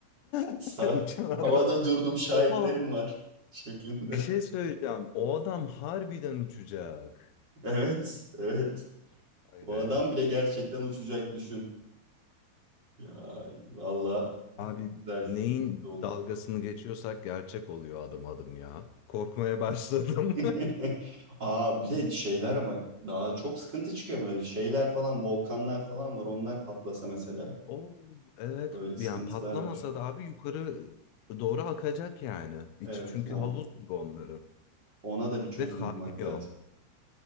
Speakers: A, on the left (about 85°); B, on the right (about 20°).
A: <laughs>
B: Sa-
A: Uçan adam.
B: Havada durdum şahitlerim
A: Oha
B: var şeklinde.
A: bir şey söyleyeceğim. O adam harbiden uçacak.
B: Evet, evet.
A: Ay
B: O
A: be.
B: adam bile gerçekten uçacak düşün. Ya valla
A: Abi
B: güzel,
A: neyin
B: güzel olur.
A: dalgasını geçiyorsak gerçek oluyor adım adım ya. Korkmaya başladım.
B: <laughs>
A: <laughs>
B: Aa bir de şeyler bak daha çok sıkıntı çıkıyor böyle şeyler falan volkanlar falan var onlar patlasa mesela
A: Oo, evet
B: öyle sıkıntılar
A: yani patlamasa
B: var.
A: da abi yukarı doğru akacak yani. İçi
B: Evet
A: çünkü
B: o
A: havuz gibi onların.
B: ona da bir çözüm
A: Ve kaynıyor.
B: bulmak lazım.